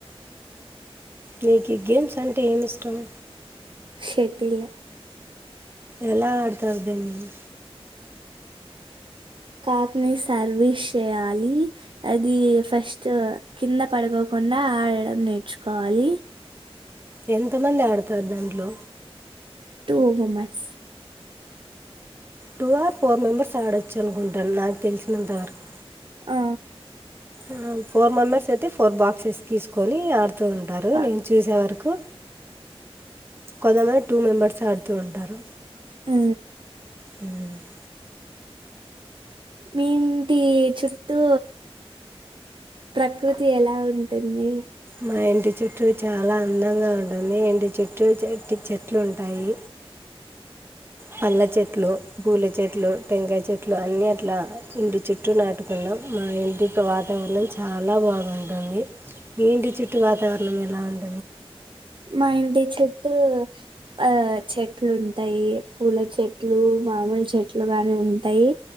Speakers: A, on the right (about 20°); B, on the right (about 55°).
A: నీకి గేమ్స్ అంటే ఏమి ఇస్ టమ్
B: శటిల్
A: ఎలా ఆడతారు దీన్ని
B: కాక్ని సర్వీస్ చేయాలి అది ఫస్ట్ కింద పడుకోకుండా ఆడడం నేర్చుకోవాలి
A: ఎంత మంది ఆడ్ డ్తరుడంట్లో
B: two members
A: two or four members ఆడచ్ చ్చు అనుకుంటాను నాకు తెలిసినంతవరకు
B: ఆ
A: ఆ ఫోర్ మెంబెర్స్ అయితే ఫోర్ బాక్సెస్ తీసుకొని ఆడుతూ ఉంటారు
B: ఆ
A: నేను చూసే వరకు కొంత మంది టూ మెంబెర్స్ ఆడుతూ ఉంటారు
B: ఆ
A: హుమ్
B: మీ ఇంటి చుట్టూ ప్రకృతి ఎలా ఉంటుంది
A: మా ఇంటి చుట్టూ చాలా అందంగా ఉంటు ఉంటుంది ఎండు చెట్టు చెట్టి చెట్లు ఉంటాయి పళ్ల చెట్లు పూల చెట్లు టెంకాయ చెట్లు అన్ని అట్లా ఇంటి చుట్టూ నాటు న్నాం మా ఇంటికి వాతావరణం చాలా బాగుంటుంది మీ ఇంటి చుట్టూ వాతావరణం ఎలా ఉ
B: మా ఇంటి చుట్టు ఆ చెట్లు ఉంటాయి పూల చెట్లు మామిడి చెట్లు గాని ఉంటాయి